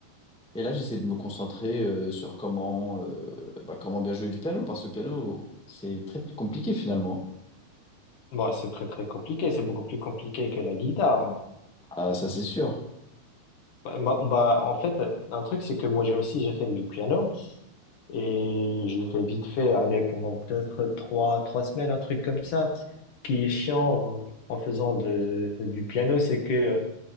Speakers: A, in the centre; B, on the left.
A: Et là, j'essaie de me concentrer euh, sur comment, euh, bah, comment bien jouer du piano, parce que le piano, c'est très, très compliqué finalement.
B: Bon, c'est très, très compliqué. C'est beaucoup plus compliqué que la guitare.
A: Ah, ça, c'est sûr.
B: Bah, bah, bah, en fait, un truc, c'est que moi j'ai aussi j'ai fait du piano et je l'ai fais vite fait, aller pendant peut-être trois trois semaines, un truc comme ça. Ce qui est chiant en en faisant de, du piano, c'est que